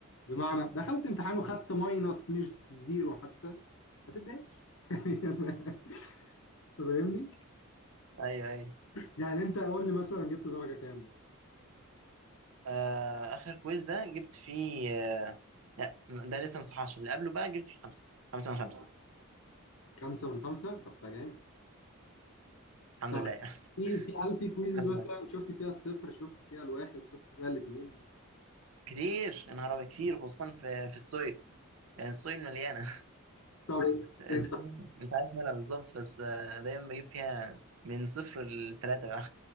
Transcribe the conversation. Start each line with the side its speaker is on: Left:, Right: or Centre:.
Left: بمعنى دخلت امتحان وخدت ماينس مش زيرو حتى ما تتضايقش <laughs> يعني فاهمني
Right: ايوه ايوه
Left: يعني انت قول لي مثلا جبت درجه كام
Right: آه اخر كويز ده جبت فيه لا ده لسه ما صحاش اللي قبله بقى جبت فيه خمسه خمسه من خمسه
Left: خمسة من خمسة طب ده جامد
Right: الحمد
Left: طب
Right: لله يعني <laughs>
Left: في في هل في
Right: خمسه
Left: كويزز
Right: من
Left: مثلا
Right: خمسه
Left: شفت فيها الصفر شفت فيها الواحد شفت فيها الاثنين
Right: كتير يا نهار أبيض، كتير خصوصا في في السويل يعني السويل مليانه <laughs>
Left: طب
Right: السويل
Left: انت
Right: مش عارف مالها بالظبط بس آه، دايما بجيب فيها من صفر لثلاثه بقى